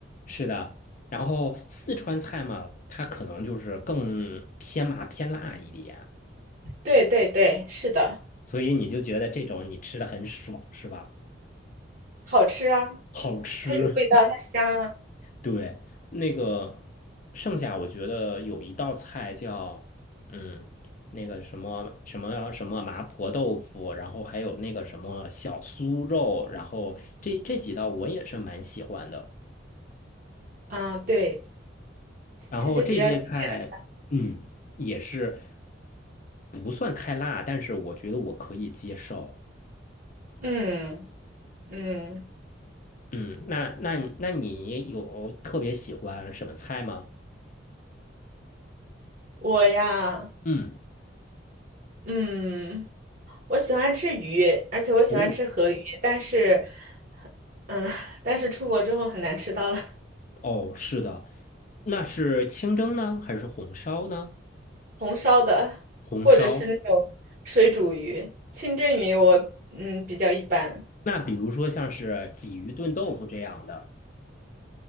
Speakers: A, on the left; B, on the right.
A: 是的，然后四川菜嘛，它可能就是更偏麻偏辣一点，
B: 对对对，是的，
A: 所以你就觉得这种你吃的很爽，是吧？
B: 好吃啊，
A: 好吃。
B: 它有味道，它香啊。
A: 对，那个剩下我觉得有一道菜叫嗯，那个什么什么什么麻婆豆腐，然后还有那个什么小酥肉，然后这这几道我也是蛮喜欢的。
B: 啊，对，
A: 然后这些菜，
B: 这些比较经典
A: 嗯，也是不算太辣，但是我觉得我可以接受。
B: 嗯嗯，
A: 嗯，那那那你有特别喜欢什么菜吗？
B: 我呀，
A: 嗯。
B: 嗯，我喜欢吃鱼，而且我喜欢吃河鱼，
A: 哦。
B: 但是，嗯，<laughs> 但是出国之后很难吃到了
A: 哦，是的，那是清蒸呢，还是红烧呢？
B: 红烧的，
A: 红烧。
B: 或者是那种水煮鱼、清蒸鱼我，嗯比较一般，
A: 那比如说像是鲫鱼炖豆腐这样的，